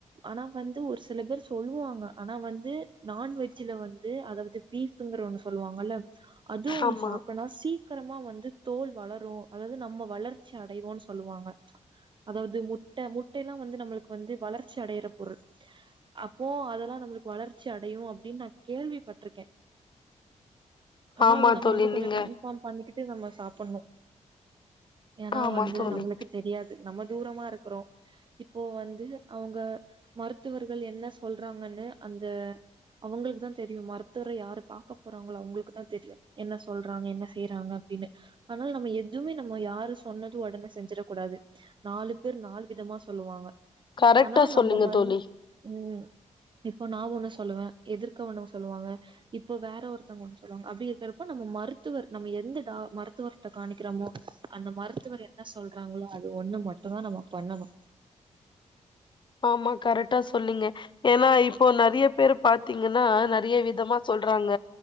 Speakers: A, on the right (about 40°); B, on the left (about 40°).
A: ஆனா வந்து ஒரு சில பேர் சொல்லுவாங்க ஆனா வந்து நான்வெஜ்ஜுல வந்து அதாவது பீஃபுங்கிற ஒண்ணு சொல்லுவாங்கல்ல அது ஒண்ணு
B: ஆமா
A: சாப்டனா சீக்கிரமா வந்து தோல் வளரு அதாவது நம்ம வளர்ச்சி அடைவோன்னு சொல்லுவாங்க அதாவது முட்ட முட்டைஎயல்லா வந்து நம்மளுக்கு வந்து வளர்ச்சி அடையற பொருள் அப்போ அதெல்லா நம்மளுக்கு வளர்ச்சி அடையு அப்டின்னு நா கேள்விப்பட்ருக்கே ஆனா
B: ஆமா
A: அது நம்ம
B: தோழி
A: வந்து கொஞ்ச
B: நீங்க
A: கன் ஃபார்ம் பண்ணிக்கிட்டு நம்ம சாப்புட்ணு ஏன்னா
B: ஆமா
A: வந்து
B: தோழி
A: நம்மளுக்கு தெரியாது நம்ம தூரமா இருக்குறோ இப்போ வந்து அவங்க மருத்துவர்கள் என்ன சொல்றாங்கன்னு அந்த அவங்களுக்கு தா தெரியுமக்ஷ மருத்துவர யாரு பாக்க போறாங்களோ அவங்களுக் குதா தெரியு என்ன சொல்றாங்க என்ன செய்யறாங்க அப்டின்னு ஆனால் நம்ம எதுவுமே நம்ம யாரு சொன்னது உடனே செஞ்சிடக் கூடாது நாலு பேர் நாலு விதமா சொல்லுவாங்க
B: கரெக்டா
A: ஆனா
B: சொன்னீங்க
A: நம்ம வந்
B: தோழி
A: ம் இப்ப நா ஒண்ணு சொல்லுவே எதிர்க்க ஒண்ணு சொல்லுவாங்க இப்ப வேற ஒருத்தங்க ஒண்ணு சொல்வாங்க அப்டி இருக்குறப்போ நம்ம மருத்துவர் நம்ம எந்த டா மருத்துவர்ட்ட காமிக்கிறோமோ அந்த மருத்துவர் என் ன சொல்றாங்களோ அது ஒண்ணு மட்டுதா நம்ம பண்ணணு
B: ஆமா கரெக்டா சொன்னிங்க ஏன்னா இப்போ நறைய பேரு பாத்தீங்கன்னா நறைய விதமா சொல்றாங்க